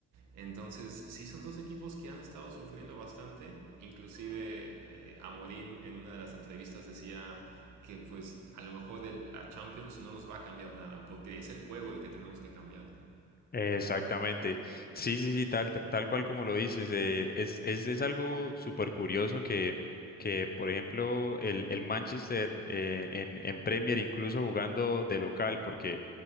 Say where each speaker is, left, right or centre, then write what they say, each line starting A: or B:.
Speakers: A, on the right; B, on the left.
A: Entonces, sí son dos equipos que han estado sufriendo bastante. Inclusive eh, Amorim en una de las entrevistas decía que pues a lo mejor el- la Champions no nos va a cambiar nada, porque es el juego el que tenemos que cambiar.
B: Exactamente. Sí, sí, sí, tal, tal cual como lo dices. eh, es, es, es algo súper curioso que, que, por ejemplo, el, el Manchester eh, en, en Premier, incluso jugando de local, porque